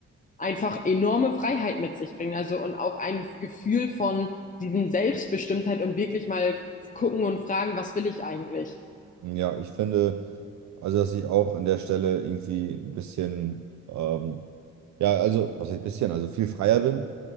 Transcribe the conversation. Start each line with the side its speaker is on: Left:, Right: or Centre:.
Left: einfach enorme Freiheit mit sich bringt. Also und auch ein Gefühl von diesem Selbstbestimmtheit und wirklich mal gucken und fragen, was will ich eigentlich?
Right: Hm, Ja, ich finde, also dass ich auch an der Stelle irgendwie ein bisschen, ähm, ja, also was heißt bisschen, also viel freier bin.